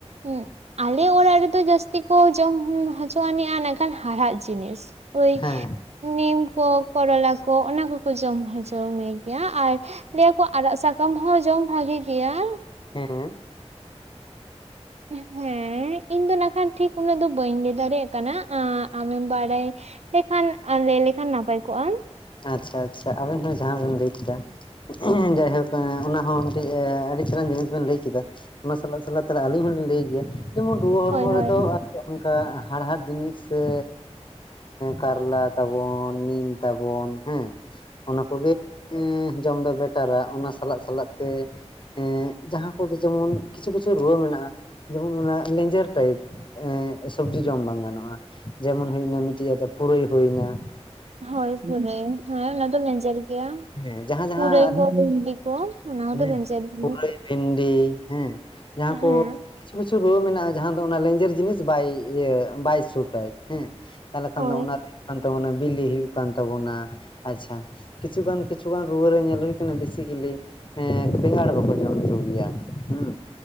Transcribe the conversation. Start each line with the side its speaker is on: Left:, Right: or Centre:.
Right: ᱩᱸ ᱟᱞᱮ ᱚᱲᱟᱜ ᱨᱮᱫᱚ ᱡᱟᱹᱥᱛᱤ ᱠᱚ ᱡᱚᱢ ᱦᱚᱪᱚ ᱟᱹᱱᱤᱡ-ᱟ ᱱᱟᱜ ᱠᱷᱟᱱ ᱦᱟᱲᱦᱟᱜ ᱡᱤᱱᱤᱥ ᱾ ᱳᱭ
Left: ᱦᱮᱸ
Right: ᱱᱤᱢ ᱠᱚ ᱠᱚᱨᱚᱞᱟ ᱠᱚ ᱚᱱᱟ ᱠᱚᱠᱚ ᱡᱚᱢ ᱦᱚᱪᱚ ᱢᱮ ᱜᱮᱭᱟ ᱟᱨ ᱞᱟᱹᱭ ᱟᱠᱚ ᱟᱲᱟᱜ ᱥᱟᱠᱟᱢ ᱦᱚᱸ ᱡᱚᱢ ᱵᱷᱟᱜᱮ ᱜᱮᱭᱟ ᱾
Left: ᱦᱮᱸ ᱾
Right: ᱦᱮᱸ ᱤᱧ ᱫᱚ ᱱᱟᱜ ᱠᱷᱟᱱ ᱴᱷᱤᱠ ᱩᱱᱟᱹᱜ ᱫᱚ ᱵᱟᱹᱧ ᱞᱟᱹᱭ ᱫᱟᱲᱮᱭᱟᱜ ᱠᱟᱱᱟ ᱟ ᱟᱢᱮᱢ ᱵᱟᱲᱟᱭ ᱞᱮᱠᱷᱟᱱ ᱟ ᱞᱟᱹᱭ ᱞᱮᱠᱷᱟᱱ ᱱᱟᱯᱟᱭ ᱠᱚᱜ-ᱟ᱾
Left: ᱟᱪᱪᱷᱟ ᱟᱪᱪᱷᱟ ᱟᱵᱮᱱ ᱦᱚᱸ ᱡᱟᱦᱟᱸ ᱵᱮᱱ ᱞᱟᱹᱭ ᱠᱤᱫᱟ <inaudible> ᱡᱟᱭᱦᱳᱠ ᱚᱱᱟᱦᱚᱸ ᱢᱤᱫᱴᱮᱡ ᱟᱹᱰᱤ ᱪᱮᱨᱦᱟᱱ ᱡᱤᱱᱤᱥ ᱵᱮᱱ ᱞᱟᱹᱭ ᱠᱤᱫᱟ ᱾ ᱚᱱᱟ ᱥᱟᱞᱟᱜ ᱥᱟᱞᱟᱜ ᱛᱟᱞᱦᱮ ᱟᱹᱞᱤᱧ ᱦᱚᱞᱤᱧ ᱞᱟᱹᱭ ᱜᱮᱭᱟ ᱡᱮᱢᱚᱱ ᱨᱩᱣᱟᱹ ᱦᱚᱲᱢᱚ
Right: ᱦᱳᱭ ᱦᱳᱭ
Left: ᱨᱮᱫᱚ ᱚᱱᱠᱟ ᱦᱟᱲᱦᱟᱫ ᱡᱤᱱᱤᱥ ᱥᱮ ᱠᱟᱨᱞᱟ ᱛᱟᱵᱚᱱ ᱱᱤᱢ ᱛᱟ ᱵᱚᱱ ᱦᱮᱸ ᱚᱱᱟ ᱠᱚᱜᱮ ᱮᱸ ᱡᱚᱢ ᱫᱚ ᱵᱮᱴᱟᱨᱟ ᱾ ᱚᱱᱟ ᱥᱟᱞᱟᱜ ᱥᱟᱞᱟᱜ ᱛᱮ ᱮᱸ ᱡᱟᱦᱟᱸ ᱠᱚᱫᱚ ᱡᱮᱢᱚᱱ ᱠᱤᱪᱷᱩ ᱠᱤᱪᱷᱩ ᱨᱩᱣᱟᱹ ᱢᱮᱱᱟᱜ-ᱟ ᱡᱮᱢᱚᱱ ᱚᱱᱟ ᱞᱮᱧᱡᱮᱨ ᱴᱟᱭᱤᱯ ᱮᱸᱜ ᱥᱚᱵᱡᱤ ᱡᱚᱢ ᱵᱟᱝ ᱜᱟᱱᱚᱜ-ᱟ ᱡᱮᱢᱚᱱ ᱦᱩᱭᱮᱱᱟ ᱢᱤᱫᱴᱤᱡ ᱯᱩᱨᱟᱹᱭ ᱦᱩᱭᱮᱱᱟ ᱾
Right: ᱦᱚᱭ ᱯᱩᱨᱟᱹᱭ ᱦᱮᱸ ᱚᱱᱟ ᱫᱚ ᱞᱮᱸᱡᱮᱨ ᱜᱮᱭᱟ
Left: ᱦᱮᱸ
Right: <inaudible>
Left: ᱡᱟᱦᱟᱸ ᱡᱟᱦᱟᱸ
Right: ᱯᱩᱨᱟᱹᱭ ᱠᱚ ᱵᱷᱤᱱᱰᱤ ᱠᱚ ᱚᱱᱟ ᱠᱚᱫᱚ
Left: ᱦᱮᱸ
Right: ᱞᱮᱸᱡᱮᱨ ᱜᱮᱭᱟ
Left: ᱯᱩᱨᱟᱹᱭ
Right: ᱾
Left: ᱵᱷᱤᱱᱰᱤ ᱦᱮᱸ ᱡᱟᱦᱟᱸ ᱠᱚ
Right: ᱦᱮᱸ
Left: ᱠᱤᱪᱷᱩ ᱠᱤᱪᱷᱩ ᱨᱩᱣᱟᱹ ᱢᱮᱱᱟᱜ-ᱟ ᱡᱟᱦᱟᱸ ᱫᱚ ᱚᱱᱟ ᱞᱮᱧᱡᱮᱨ ᱡᱤᱱᱤᱥ ᱵᱟᱭ ᱤᱭᱟᱹ ᱵᱟᱭ ᱥᱩᱴᱟᱭ ᱦᱮᱸ ᱛᱟᱦᱚᱞᱮ ᱠᱷᱟᱱ
Right: ᱦᱳᱭ
Left: ᱫᱚ ᱚᱱᱟ ᱠᱟᱱ ᱛᱟᱵᱚᱱᱟ ᱵᱤᱞᱤ ᱦᱩᱭᱩᱜ ᱠᱟᱱ ᱛᱟᱵᱚᱱᱟ ᱟᱪᱪᱷᱟ ᱠᱤᱪᱷᱩ ᱜᱟᱱ ᱠᱤᱪᱷᱩ ᱜᱟᱱ ᱨᱩᱣᱟᱹ ᱨᱮ ᱧᱮᱞ ᱦᱩᱭ ᱠᱟᱱᱟ ᱵᱮᱥᱤ ᱵᱤᱞᱤ ᱦᱮᱸ ᱵᱮᱸᱜᱟᱲ ᱵᱟᱠᱚ ᱡᱚᱢ ᱦᱚᱪᱚ ᱜᱮᱭᱟ ᱦᱮᱸ